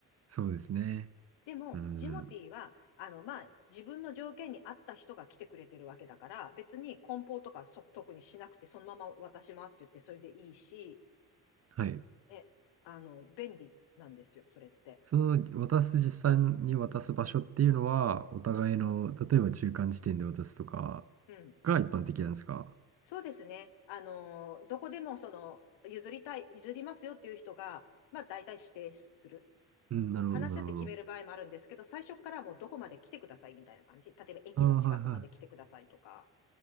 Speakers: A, on the right (about 35°); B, on the left (about 65°).
A: そうですね。
B: でも、
A: うん。
B: ジモティーは、あの、まあ、自分の条件に合った人が来てくれてるわけだから、別に梱包とかそ特にしなくて、そのまま渡しますって言って、それでいいし、
A: はい。
B: ね、あの、便利なんですよ、それって。
A: その、渡す、実際に渡す場所っていうのは、お互いの、
B: うん。
A: 例えば中間地点で渡すとか
B: うん。
A: が一般的なんですか
B: そうですね。あの、どこでも、その、譲りたい、譲りますよっていう人が、まあ、大体指定する。
A: うん、なるほど、
B: うん、話し合って決める場合もあるんですけど、
A: なるほど。
B: 最初からもうどこまで来てくださいみたいな感じ。例えば駅の近くまで来てくださいとか、
A: ああ、はいは